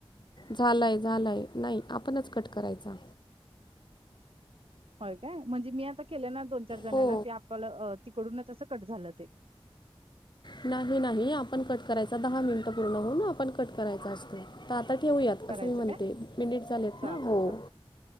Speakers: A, on the left; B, on the right.
A: झालायं झालायं नाही, आपणच कट करायचा.
B: होय, काय म्हणजे, मी आता केले ना दोन चार जणांना
A: हो
B: ते आपल्याला तिकडूनच असं कट झालं ते.
A: नाही नाही आपण कट करायचा दहा मिनिटं पूर्ण होऊन, आपण कट करायचा असतो. तर आता ठेवूयात
B: करायचं
A: असं मी म्हणते,
B: काय
A: मिनिट झालेत
B: चालतय
A: ना हो
B: चालतय